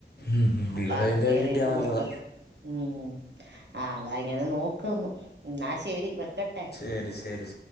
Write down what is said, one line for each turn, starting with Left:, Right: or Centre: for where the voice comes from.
Left: ഉം
Right: അപ്പൊ
Left: ബിവറേജ്
Right: അതൊക്കെ
Left: ഒക്കെ
Right: ഏതേലും
Left: കിട്ടിയ നല്ലത
Right: നോക്കണം ഉം ആഹ് അതാ ഇങ്ങനെ നോക്കുന്നു എന്നാ ശരി വെക്കട്ടെ
Left: ശരി ശരി